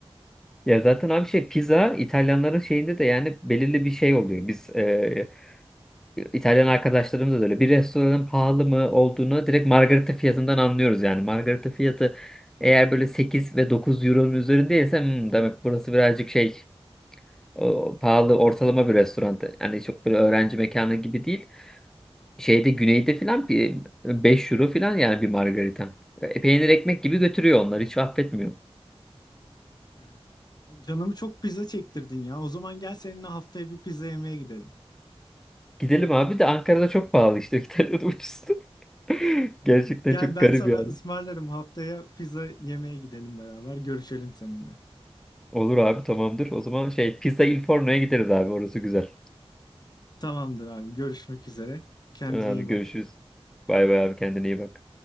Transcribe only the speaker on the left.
Evet. Canımı çok pizza çektirdin ya. O zaman gel seninle haftaya bir pizza yemeye gidelim.
Gel
ben
sana
ısmarlarım haftaya pizza yemeye gidelim beraber. Görüşelim seninle.
Tamamdır abi görüşmek üzere. Kendine
iyi
bak.